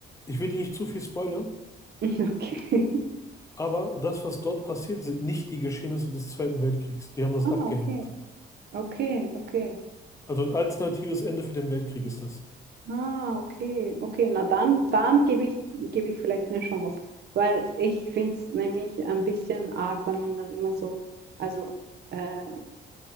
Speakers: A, on the left; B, on the right.
A: ich will dir nicht zu viel spoilern,
B: Okay.
A: aber das, was dort passiert, sind nicht die Geschehnisse des Zweiten Weltkriegs. Die haben das
B: Ah,
A: abgeändert.
B: okay. Okay, okay.
A: Also ein alternatives Ende für den Weltkrieg ist das.
B: Ah, okay. Okay, na dann, dann gebe ich, gebe ich vielleicht eine Chance. Weil ich finde es nämlich ein bisschen arg, wenn man dann immer so, also äh,